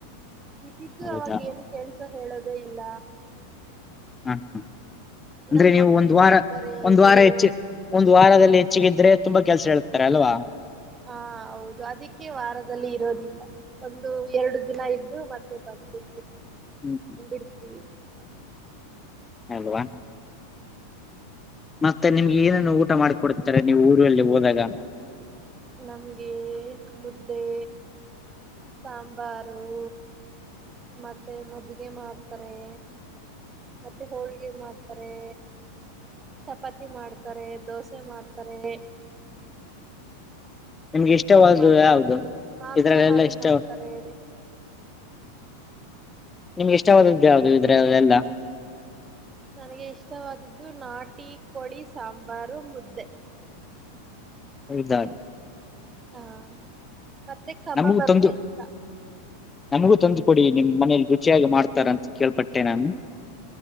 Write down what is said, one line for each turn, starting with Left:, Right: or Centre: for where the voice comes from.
Right: ಇದ್ದಿದ್ದು
Left: ಹೌದಾ
Right: ಅವಾಗ ಏನು ಕೆಲ್ಸ ಹೇಳೋದೇ ಇಲ್ಲ.
Left: ಹ್ಮ ಹ್ಮ. ಅಂದ್ರೆ
Right: ನಮ್ಮ
Left: ನೀವು
Right: ಮಕ್ಳು
Left: ಒಂದ್ ವಾರ
Right: ಬರ್ತಾರೆ
Left: ಒಂದ್
Right: ಬಿಡು
Left: ವಾರ ಹೆಚ್ಚ ಒಂದ ವಾರದಲ್ಲಿ ಹೆಚ್ಚಗಿದ್ರೆ ತುಂಬಾ ಕೆಲ್ಸ ಹೇಳ್ತಾರೆ ಅಲ್ವಾ.
Right: ಹಾ ಹೌದು ಅದಕ್ಕೆ ವಾರದಲ್ಲಿ ಇರೋದಿಲ್ಲ ಒಂದು ಎರಡು ದಿನ ಇದ್ದು ಮತ್ತೆ ಬಂದು
Left: ಹ್ಮ್
Right: <unintelligible>
Left: ಅಲ್ವ. ಮತ್ತೆ ನಿಮ್ಗೆ ಏನೇನು ಊಟ ಮಾಡಿಕೊಡ್ತಾರೆ ನೀವು ಊರಲ್ಲಿ ಹೋದಾಗ.
Right: ನಮ್ಗೆ ಮುದ್ದೆ ಸಾಂಬಾರು ಮತ್ತೆ ಮಜ್ಿಗೆ ಮಾಡ್ತಾರೆ ಮತ್ತೆ ಹೋಳ್ಿಗೆ ಮಾಡ್ತಾರೆ ಚಪಾತಿ ಮಾಡ್ತಾರೆ ದೋಸೆ ಮಾಡ್ತಾರೆ
Left: ನಿಮ್ಗೆ
Right: ಚಿಕನ್
Left: ಇಷ್ಟವದು
Right: ಮಾಡ್
Left: ಯಾವದು
Right: ಮಾಂಸಾಹಾರಿ
Left: ಇದ್ರಲ್ಲೆಲ್ಲ ಇಷ್ಟ
Right: ಮಾಡ್ತಾರೆ
Left: ನಿಮ್ಗೆ ಎಷ್ಟಾವದು್ದು ಯಾದು ಇದ್ರ ಎಲ್ಲ
Right: ನನಗೆ ಇಷ್ಟವಾದಿದ್ದು ನಾಟಿ ಕೋಳಿ ಸಾಂಬಾರು ಮುದ್ದೆ
Left: ಅದಾನ
Right: ಹಾ ಮತ್ತೆ ಕಬ
Left: ನಮಗೂ
Right: ಬಂದ್ರೆ
Left: ತಂದು
Right: ಇಷ್ಟ
Left: ನಮಗೂ ತಂದು ಕೊಡಿ ನಿಮ್ ಮನೇಲಿ ರುಚಿಯಾಗಿ ಮಾಡ್ತಾರ ಅಂತ ಕೇಳ್ಪಟ್ಟೆ ನಾನು